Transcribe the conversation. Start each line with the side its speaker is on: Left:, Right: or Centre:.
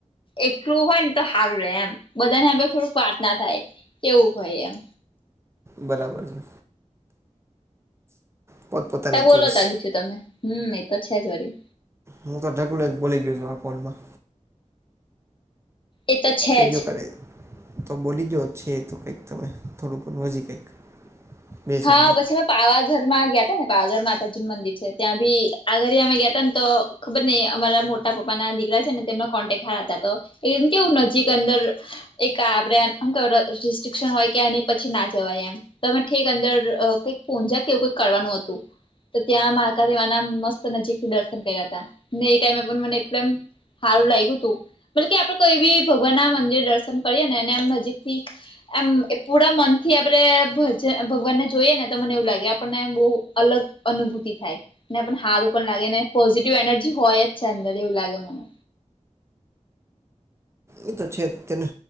Left: એકલું હોય ને તો સારું રહેે એમ બધાને હ થોડુંક વાત ના થાય કેવું હોય એમ.
Right: બરાબર છે પોતપોતાની
Left: બોલો
Right: ચોઈસ
Left: ત બીજું તમે હમ એ તો છે જ વરી
Right: હું તો ડક્યુલે બોલી ગયો છું આ કોઉન્ટમાં
Left: એ તો છે
Right: કઈ
Left: જ
Right: જો કરે તો બોલી દો છે એ તો કંઈક તમે થોડુંક હજી કંઈક બે
Left: હા
Right: શબ્દો
Left: પછી. પાવાગર માં ગયાતા ને પાવાગર માતાજી નું મંદિર છે ત્યાં ભી આ ઘરે અમે ગયાતા ને તો ખબર નને અમારા મોટા પપ્પા ના દીકરા છે ને તેમના કોન્ટેક હાર હતા તો એકમ કેવું નજીક અંદર એક આપડેમ રિસ્ટ્રિક્શન હોય કે એ પછી ના જવાય એમ તમે. કક અંદર કંઈક પજ્યા કે એવું કઈક કરવાનું હતું. તો ત્યાં માકા દેવા ના મસ્ત નજીક થી દર્શન કર્યા હતા ને એ ટાઈમે પણ મને એલે સારું લાગ્યું હતું બ કે આપડે કોઈ બી ભગવાન ના મંદિર દર્શન કરીએે ને એનેમ નજીક થી આ એ પુડા મનથી. ભગવાન ને જોઈએ ને તો મને એવું લાગે આપણને બહુ અલગ અનુભૂતિ થાય. ને પણ સારું પણ લાગે ને પોઝિટિવ એનર્જી હોય જ છે અંદર એવું લાગે મને.
Right: એ તો છે તેને.